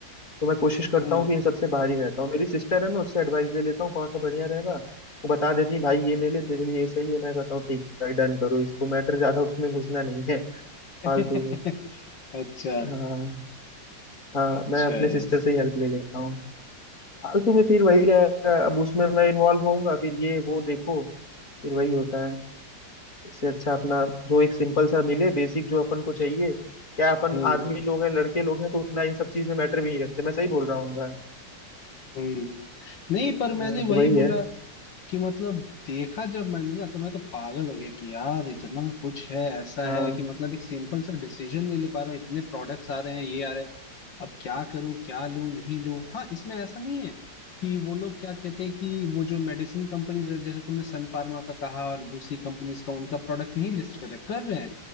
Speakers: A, on the left (about 45°); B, on the left (about 80°).
A: तो मैं कोशिश करता
B: हम्म
A: हूँ कि इन सबसे बाहर ही रहता हूँ मेरी सिस्टर है मैं उससे एडवाइस ले लेता हूँ कौन सा बढ़िया रहेगा वो बता देती है भाई ये ले ले तेरे लिए ये सही है मैं कहता हूँ ठीक है भाई डन करो इसको मैटर ज़्यादा उसमें घुसना नहीं है
B: <laughs>
A: फालतू में
B: अच्छा
A: हाँ हाँ
B: अच्छा
A: मैं अपने
B: yes.
A: सिस्टर से ही हेल्प ले लेता हूँ फालतू में फिर वही रहेगा अब उसमें मैं इन्वॉल्व होऊंगा फिर ये वो देखो फिर वही होता है इससे अच्छा अपना जो एक सिंपल सा मिले बेसिक जो अपन को चाहिए क्या अपन
B: हम्म
A: आदमी लोग हैं लड़के लोग हैं तो उतना इन सब चीज में मैटर भी नहीं रखते मैं सही बोल रहा हूँ
B: हम्म नहीं पर
A: तो
B: मैंने वही
A: वही
B: बोला
A: है
B: कि मतलब देखा जब मैंने ना तो मैं तो पागल हो गया कि यार इतना कुछ है ऐसा
A: हाँ
B: है कि मतलब एक सिंपल सा डिसीजन नहीं ले पा रहा हूँ इतने प्रोडक्ट्स आ रहे हैं ये आ रहे हैं अब क्या करूं क्या लूं नहीं लूं हाँ इसमें ऐसा नहीं है कि वो लोग क्या कहते हैं कि वो जो मेडिसिन कंपनीज जैसे तुमने सन फार्मा का कहा और दूसरी कंपनीज का उनका प्रोडक्ट नहीं लिस्ट कर रहे कर रहे हैं